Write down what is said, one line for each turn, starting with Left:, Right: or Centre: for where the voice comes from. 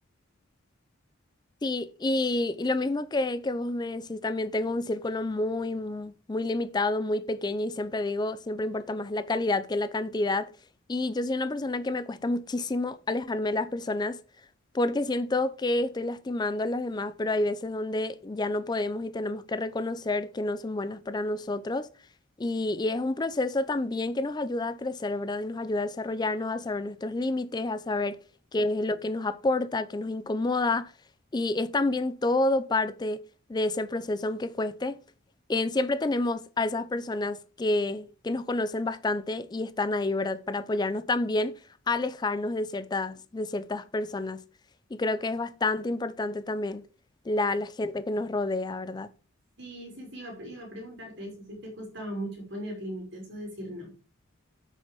Left: Sí, y, y lo mismo que, que vos me decís, también tengo un círculo muy, mu- muy limitado, muy pequeño y siempre digo, siempre importa más la calidad que la cantidad. Y yo soy una persona que me cuesta muchísimo alejarme de las personas porque siento que estoy lastimando a las demás, pero hay veces donde ya no podemos y tenemos que reconocer que no son buenas para nosotros. Y, y es un proceso también que nos ayuda a crecer, ¿verdad? Y nos ayuda a desarrollarnos, a saber nuestros límites, a saber qué es lo que nos aporta, qué nos incomoda. Y es también todo parte de ese proceso, aunque cueste. En, siempre tenemos a esas personas que, que nos conocen bastante y están ahí, ¿verdad? Para apoyarnos también a alejarnos de ciertas, de ciertas personas. Y creo que es bastante importante también la, la gente que nos rodea, ¿verdad?
Right: Sí, sí, sí, iba a, pre- iba a preguntarte eso, si te costaba mucho poner límites o decir no.